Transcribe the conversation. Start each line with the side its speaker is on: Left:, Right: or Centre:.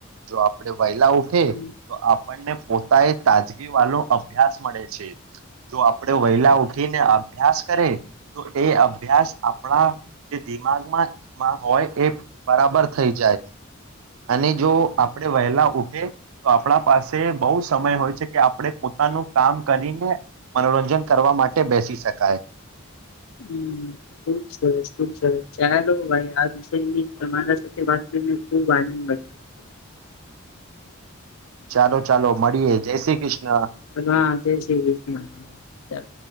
Right: જો આપણે વહેલા. થ
Left: હમ્મ
Right: તો આપ. આપણને પોતા એ તાજગી વાલોો અભ્યાસ મળે છે. જો આપણે વહેલા ઉઠીને અભ્યાસ કરે તો એ અભ્યાસ આપણા જે દિમાગમાંમાં હોય એ બરાબર થઈ જાય. અને જો આપણે વહેલા ઉઠે તો આપણા પાસે બહુ સમય હોય છે કે આપણે પોતાનું કામ કરીને મનોરંજન કરવા માટે બેસી શકાય.
Left: હમ ખુબ સરસ ખુબ સરસ ચાલો ભાઈ આ વિષયની તમારા સાથે વાત કરીને ખુબ આનંદ મળ્યો
Right: ચાલો ચાલો મળીએે જય શ્રી કૃષ્ણ
Left: હા જય શ્રી કૃષ્ણ ચાલ